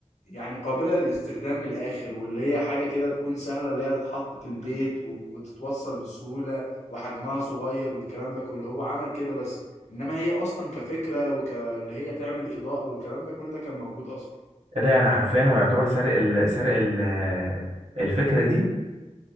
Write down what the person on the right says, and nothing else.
ايه ده يعني حرفيا هو يعتبر سرق ال... سرق ال... الفكره دي